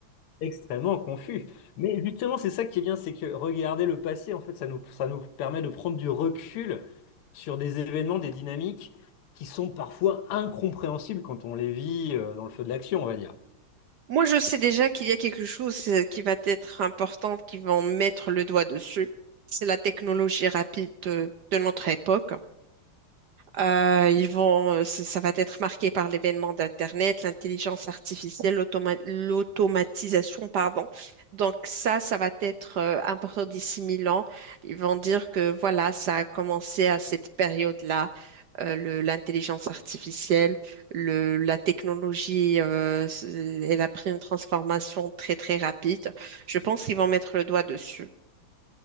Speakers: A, on the left; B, on the right.
A: extrêmement confus. Mais justement, c'est ça qui est bien, c'est que regarder le passé, en fait, ça nous, ça nous permet de prendre du recul sur des événements, des dynamiques qui sont parfois incompréhensibles quand on les vit euh, dans le feu de l'action, on va dire.
B: Moi, je sais déjà qu'il y a quelque chose euh, qui va être important, qui vont mettre le doigt dessus. C'est la technologie rapide de, de notre époque. Euh, ils vont, euh, ça ça va être marqué par l'événement d'Internet, l'intelligence artificielle, l'automa- l'automatisation, pardon. Donc ça, ça va être euh, important d'ici mille ans. Ils vont dire que voilà, ça a commencé à cette période-là, euh, le- l'intelligence artificielle, le, la technologie, euh, s- elle a pris une transformation très très rapide. Je pense qu'ils vont mettre le doigt dessus.